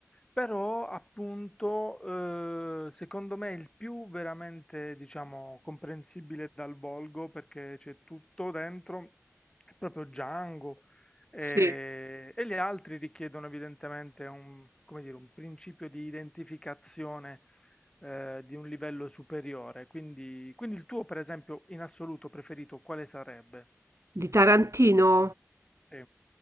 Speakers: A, on the left; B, on the right.
A: però appunto, eh, secondo me è il più veramente, diciamo, comprensibile dal volgo, perché c'è tutto dentro, è proprio Django. E,
B: Sì,
A: e gli altri richiedono evidentemente un, come dire, un principio di identificazione eh, di un livello superiore. Quindi, quindi il tuo, per esempio, in assoluto preferito, quale sarebbe?
B: di Tarantino?
A: Sì,